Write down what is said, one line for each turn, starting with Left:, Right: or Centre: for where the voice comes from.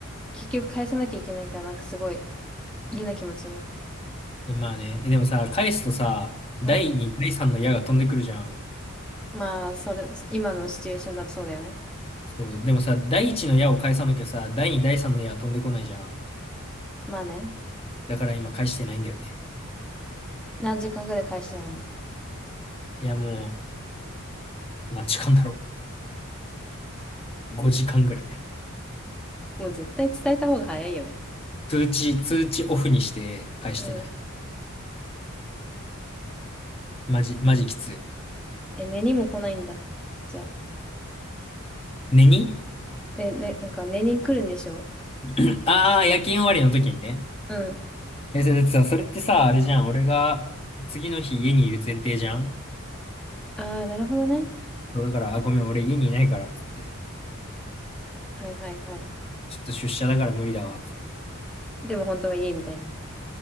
Centre: 結局返さなきゃいけないから、なんかすごい嫌な気持ちになる。
Left: いやまあね。えでもさ、返すとさ、第2、
Centre: うん。
Left: 第3の矢が飛んでくるじゃん。
Centre: まあ、それ、今のシチュエーションだとそうだよね。
Left: そう、でもさ、第一の矢を返さなきゃさ、第二、第三の矢は飛んでこないじゃん。
Centre: まあね。
Left: だから今返してないんだよね。
Centre: 何時間ぐらい返してないの
Left: いや、もう、何時間だろう。5時間ぐらい。
Centre: もう絶対伝えた方が早いよね。
Left: 通知、通知オフにして返してない。
Centre: うん。
Left: マジ、マジきつい。
Centre: え、寝にも来ないんだ。じゃあ。
Left: 寝に
Centre: え、ね、なんか寝に来るんでしょ
Left: <clears throat> ああー、夜勤終わりの時にね。
Centre: うん。
Left: え、それだってさ、それってさ、あれじゃん。俺が次の日家にいる前提じゃん。
Centre: ああ、なるほどね。
Left: そうだから、あ、ごめん、俺家にいないから、つって。
Centre: はいはいはい。
Left: ちょっと出社だから無理だわ、つって。
Centre: でも本当は家みたいな。